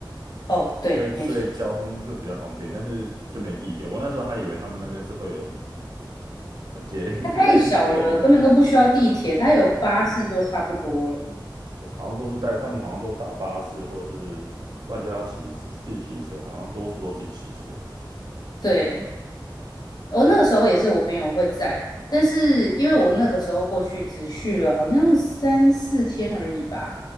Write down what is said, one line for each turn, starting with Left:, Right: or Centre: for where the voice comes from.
Left: 哦，对，
Right: 所以所以交通就比较方便，
Left: 没错，
Right: 但是就没地铁。我那时候还以为他们那边是会有什么呃捷运，
Left: 它太小了，
Right: 就类似捷运的，
Left: 根本都不需要地铁，它有巴士就差不多了。
Right: 好像都是带他们好像都搭巴士，或者是不然就要骑自己骑车，好像多数都自己骑车。
Left: 对，我那个时候也是我朋友会在，但是因为我那个时候过去只去了好像三四天而已吧，